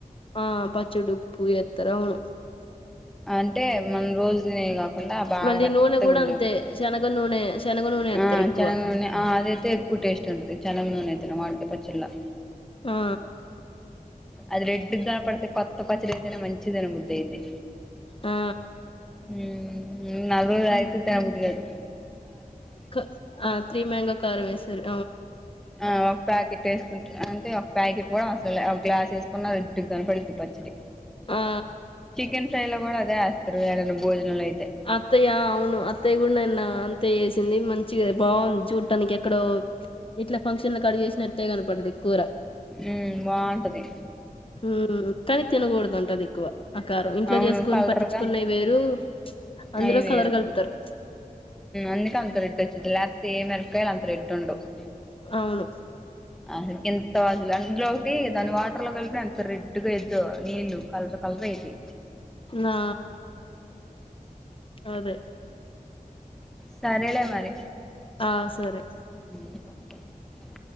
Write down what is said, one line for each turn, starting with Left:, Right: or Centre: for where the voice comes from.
Left: ఆ పచ్ చుడుప్పు ఎత్తరవును
Centre: అంటే మనం రోజు తినేయేగా ఉన్న బాగా
Left: మళ్ళీ
Centre: మెత్తగుండు
Left: నూనె కూడా అంతే శనగ నూనె శనగ నూనె ఎత్తరు
Centre: ఆ
Left: ఎక్కువ
Centre: చనగ నూనె అదైతే ఎక్కువ టేస్ట్ ఉంటుంది చనగ నూనె తిన మామిడికాయ్ పచ్చడిలా
Left: ఆ
Centre: అది రెడ్గా కనబడితే కొత్త పచడి అయితేనే మంచిగా తినబుద్దైది
Left: ఆ
Centre: ఉ నాలుగు రోజులు ఆగితే తనబుద్ధికాదు
Left: కా త్రీ మ్యాంగో కారం వేస్తారు
Centre: ఆ ఒక ప్యాకెట్ వేసుకుంటా అంటే ఒక ప్యాకెట్ కూడా అవసరంలే గ్లాస్ వేసుకున్న రెడ్ కనపడతాది పచ్చిడి
Left: ఆ
Centre: చికెన్ ఫ్రైలా కూడా ఆ అదే వేస్తారు యాడన్నా భోజనం లోకి
Left: అత్తయ్య అవును అత్తయ్య కూడా నిన్నా అంతే చేసింది మంచిగా బాగుంది చూడటానికి ఎక్కడో ఇట్లా ఫంక్షన్లు క అడుగేసినట్టే కనపడది కూర
Centre: ఉ బాగుంటది
Left: ఉ కానీ తినకూడదు అంట ఆది ఎక్కువ అకారం ఇంట్లో
Centre: అవును
Left: చేసుకొని
Centre: కలర్గా
Left: పట్టించుకున్నాయి వేరు అందులో
Centre: అయి వేరు
Left: కలర్ కలుపుతారు
Centre: అందుకే అంత రెడ్ వచ్చిది లేపోతే ఈ మిరపకాయలు అంత రెడ్ ఉండవ్
Left: అవును
Centre: అ ఎంత వాస అందులో ఒకటి దాని వాటర్ లో కలిప అంత రెడ్గాదు నీళ్ళలు కలర్ కలర్ అయిది
Left: నా అదే
Centre: సరేలే మరి
Left: ఆ సరే
Centre: ఉ